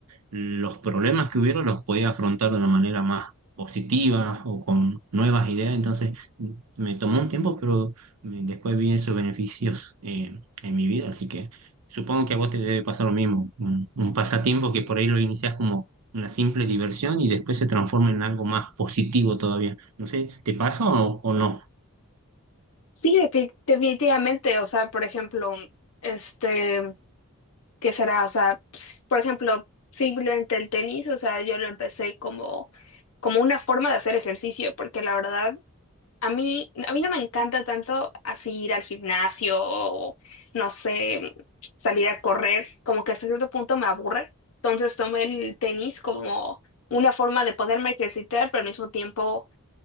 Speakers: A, on the right; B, on the left.
A: los problemas que hubiera, los podía afrontar de una manera más positiva o con nuevas ideas. Entonces, m- me tomó un tiempo, pero me- después vi esos beneficios eh, en mi vida, así que supongo que a vos te debe pasar lo mismo, un, un pasatiempo que por ahí lo iniciás como una simple diversión y después se transforma en algo más positivo todavía. No sé, ¿te pasa o, o no?
B: Sí, defi- definitivamente, o sea, por ejemplo, este, ¿qué será? O sea, ps- por ejemplo, simplemente el tenis, o sea, yo lo empecé como como una forma de hacer ejercicio, porque la verdad A mí, a mí no me encanta tanto así ir al gimnasio o, no sé, salir a correr, como que hasta cierto punto me aburre. Entonces tomé el tenis como una forma de poderme ejercitar, pero al mismo tiempo